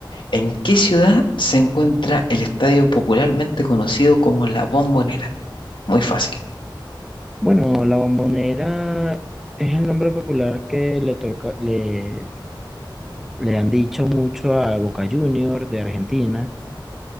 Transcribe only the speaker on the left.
¿En qué ciudad se encuentra el estadio popularmente conocido como La Bombonera? Muy fácil.